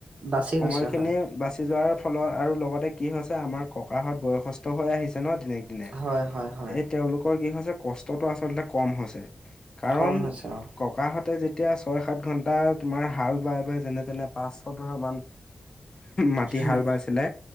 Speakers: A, on the right; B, on the left.
A: বাচি
B: সময়খিনি
A: গৈছে হয়,
B: বাচি যোৱাৰ ফলত, আৰু লগতে কি হৈছে আমাৰ ককাহঁত বয়সস্থ হৈ আহিছে ন' দিনক দিনে,
A: হয়, হয়, হয়,
B: এই তেওঁলোকৰ কি হৈছে কষ্টতটো আচলতে কম হৈছে। কাৰণ
A: কম হৈছে অ',
B: ককাহঁত ততে যেতিয়া ছয় সাত ঘন্টা তোমাৰ হাল বাই বাই যেনে তেনে পাঁচ ছ ধৰা মান মাটি
A: উম,
B: হাল বাইছিলে,